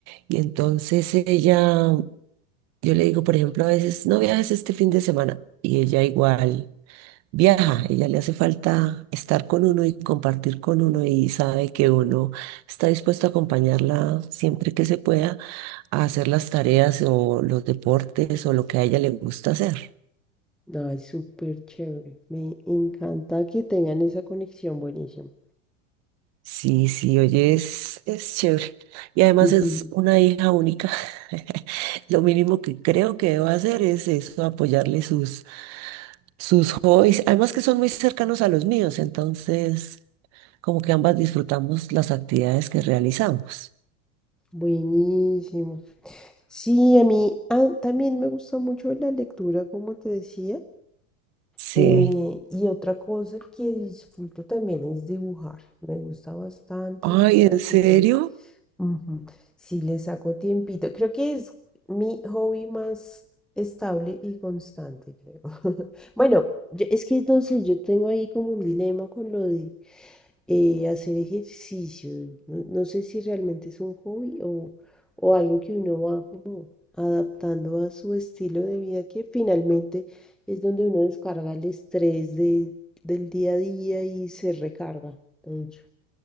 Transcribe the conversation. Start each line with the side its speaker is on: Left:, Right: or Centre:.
Right: y entonces ella, yo le digo, por ejemplo, a veces, no viajes este fin de semana y ella igual viaja, ella le hace falta estar con uno y compartir con uno y sabe que uno está dispuesto a acompañarla siempre que se pueda a hacer las tareas o los deportes o lo que a ella le gusta hacer.
Centre: Ay, súper chévere. Me encanta que tengan esa conexión. Buenísimo.
Right: Sí, sí, oye, es, es chévere.
Centre: <laughs>
Right: Y además
Centre: Ujú.
Right: es una hija única. <laughs> Lo mínimo que creo que debo hacer es eso, apoyarle sus, sus hobbies. Además que son muy cercanos a los míos, entonces como que ambas disfrutamos las actividades que realizamos.
Centre: Buenísimo. Sí, a mí ah, también me gusta mucho la lectura, como te decía.
Right: Sí.
Centre: eh, y otra cosa que disfruto también es dibujar. Me gusta bastante.
Right: Ay,
Centre: Así
Right: ¿en serio?
Centre: que Ujú. Sí, le saco tiempito. Creo que es mi hobby más estable y constante, creo. <laughs> Bueno, yo- es que entonces yo tengo ahí como un dilema con lo de eh, hacer ejercicio. No, no sé si realmente es un hobby o, o algo que uno va como adaptando a su estilo de vida, que finalmente es donde uno descarga el estrés de- del día a día y se recarga, de hecho.